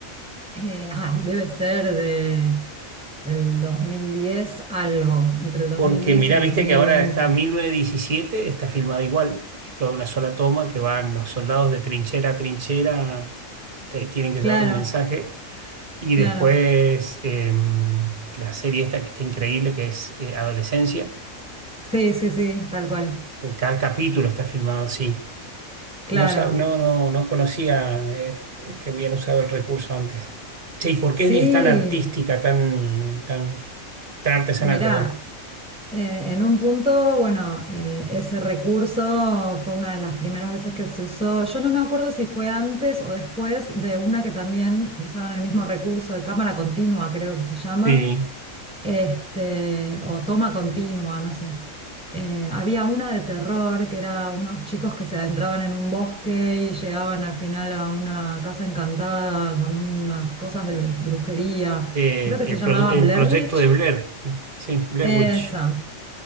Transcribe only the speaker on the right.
Porque
mirá,
viste
que ahora
está 1917, está filmada igual, es toda una sola toma que van los soldados de trinchera a trinchera, te tienen que llevar
un mensaje Y
después em, la serie esta que está increíble, que es eh, Adolescencia.
Cada capítulo está filmado así.
No, sa- no, no, no conocía eh, que habían usado el recurso antes. Che, ¿y por
qué es tan artística, tan, tan, tan artesanal,
perdón?
Sí,
Eh,
el,
pro- el
proyecto
de Blair. Sí, Blair
Witch.